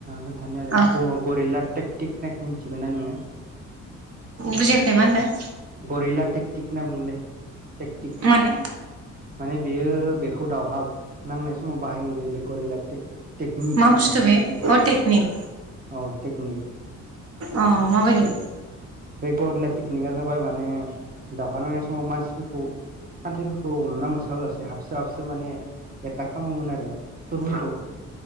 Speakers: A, on the right; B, on the right.
A: खोन्थानो आरो
B: अ
A: ग- गरिला टेकटिक होननायखो मिथिगोना नोङो?
B: बुजियाखै मा होनदों?
A: गरिला टेकटिक होनना बुंनो टेकटिक
B: माने
A: माने बेयो बेखौ दावहा नांनाय समाव बाहायनाय जायोलाय गरिला टेकनिक
B: मा बुस्थु
A: माने
B: बे
A: टेकटिक नङा
B: अ टेकनिक
A: औ टेकनिक।
B: अ माबादि?
A: बे गदया पिकनिकआ जाबाय माने दावहा नांनाय समाव मानसिफोरखौ सानथ्रिफोरखौ हमना मोनस्लाबजासे हाबसो हाबसो माने एथाक खालामोमोन आरो। सुथुरफोरखौ